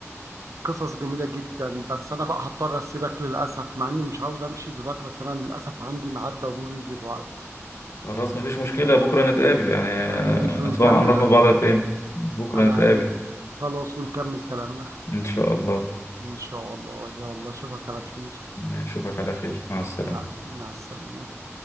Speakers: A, on the right; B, on the left.
A: قصص جميلة جدا بس أنا بقى هضطر أسيبك للأسف مع إني مش عاوز أمشي دلوقتي بس أنا للأسف عندي ميعاد ضروري دلوقتي
B: خلاص مفيش مشكلة بكرة نتقابل يعني آه،
A: ماشي
B: نطلع
A: ونكمل
B: نروح
A: حق.
B: مع بعض فين بكرة
A: أنا
B: نتقابل
A: عارف خلاص ونكمل كلامنا
B: إن شاء الله
A: إن شاء الله يلا أشوفك على خير
B: أشوفك على خير مع السلامة
A: مع, مع السلامة